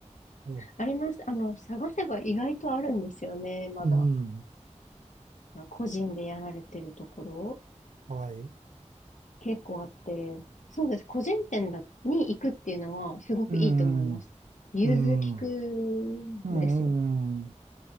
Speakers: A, on the right; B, on the left.
A: と
B: あります。あの、探せば意外とあるんですよね、まだ。
A: うん。
B: あの個人でやられてるところ、
A: はい。
B: 結構あって、そうです。個人店だ、に行くっていうのは、すごくいいと思います。
A: うん。
B: 融通きくんですよ。
A: うん。うん。うん